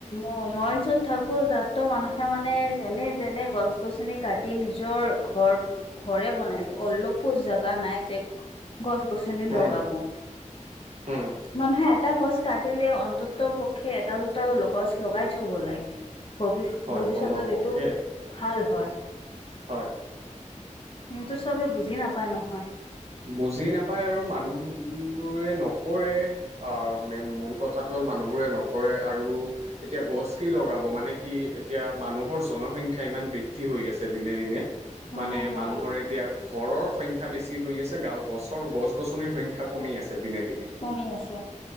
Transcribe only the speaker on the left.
অ মই য'ত থাকো তাতো মানুহে মানে যেনে তেনে গছ -গছনি কাটি মেলি নিজৰ ঘৰ ঘৰে বনাইছে অলপো জেগা নাই যে। গছ -গছনি লগাব।
মানুহে এটা গছ কাটিলে অন্তত পক্ষে এটা জ গছ লগাই থব লাগে। ভ
ভৱিষ্যতত
এইটো ভাল হয়।
সেইটো চবে বুজি নাপায় নহয়।
উম
হুম।
কমি আছে